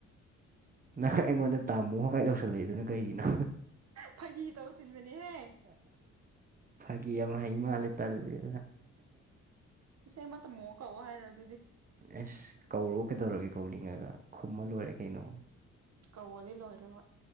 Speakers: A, on the right; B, on the right.
A: ꯅꯪ ꯑꯩꯉꯣꯟꯗ ꯇꯥꯝꯃꯨ ꯀꯥꯢ ꯇꯧꯁꯜꯂꯛꯢꯗꯨꯅ ꯀꯩꯒꯤꯅꯣ
B: ꯐꯥꯒꯤ ꯇꯧꯁꯤꯟꯕꯅꯦꯍꯦ
A: ꯐꯥꯒꯤ ꯌꯝ ꯍꯩ ꯃꯥꯜꯂꯦ ꯇꯜꯂꯦ
B: ꯁꯤꯦꯃ ꯃꯣ ꯀꯧ ꯍꯥꯏꯔ <inaudible>
A: ꯑꯦꯁ ꯀꯧꯔꯎ ꯀꯩꯗꯧꯔꯒꯦ ꯀꯧꯅꯤꯡꯉꯒ ꯈꯨꯝꯃ ꯂꯣꯏꯔꯦ ꯀꯩꯅꯣ
B: ꯀꯧꯔꯗꯤ ꯂꯣꯏꯔꯦ ꯍꯣꯏ